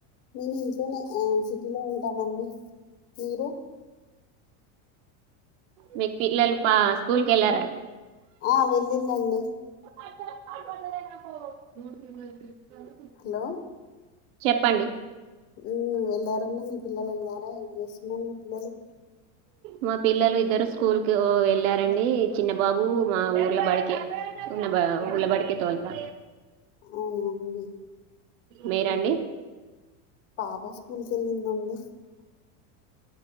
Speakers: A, on the left (about 30°); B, on the right (about 60°).
A: మేము ఇంట్లోనే ఆ సిటీలో ఉంటామండి మీరు
B: మీక్ పిల్లలు పా స్కూల్కి వెల్లారం
A: ఆ వెళ్ళిందండి
B: <unintelligible>
A: హలో
B: చెప్పండి
A: ఉ వెళ్ళారండి మీ పిల్లలు వెళ్లారా ఏం చేస్తున్నారు మీ పిల్లలు
B: మా పిల్లలు ఇద్దరు స్కూల్ కి ఓ వెళ్ళారండి చిన్న బాబు మా ఊర్ల బడికి ఉన్న బ ఉళ్ళబడికే తోళ్తా
A: అవున అండి
B: మీరండి
A: ఉ పాప స్కూల్కి వెళ్ళిందండి